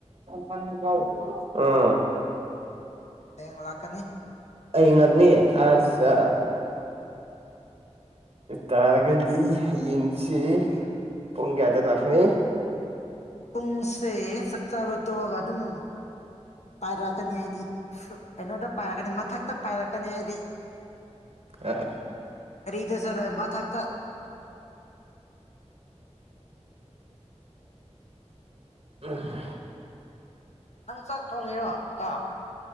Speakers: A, on the right (about 55°); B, on the left (about 65°).
A: ꯑꯥ
B: ꯍꯌꯦꯡ ꯂꯥꯛꯀꯅꯤ
A: ꯑꯩ ꯉꯅꯤ ꯑꯆꯥ ꯇꯔꯒꯗꯤ ꯌꯦꯡꯁꯤ ꯄꯨꯡꯒꯦꯗ ꯂꯈꯅꯤ
B: ꯄꯨꯡꯁꯦ ꯆꯥꯛꯆꯥꯕ ꯇꯣꯛꯑꯒ ꯑꯗꯨꯝ ꯄꯥꯏꯔꯛꯀꯅꯤ ꯍꯥꯏꯗꯤ ꯀꯩꯅꯣꯗ ꯄꯥꯏꯔꯛꯀꯅꯤ ꯃꯊꯛꯇ ꯄꯥꯏꯔꯛꯀꯅꯤ ꯑꯩꯗꯤ
A: ꯑ
B: ꯗꯦꯁꯔꯦ ꯃꯥ ꯊꯥꯛꯇꯥ
A: ꯎꯝ
B: ꯅꯪ ꯆꯥꯛ ꯊꯣꯡꯉꯤꯔꯣ ꯏꯇꯥꯎ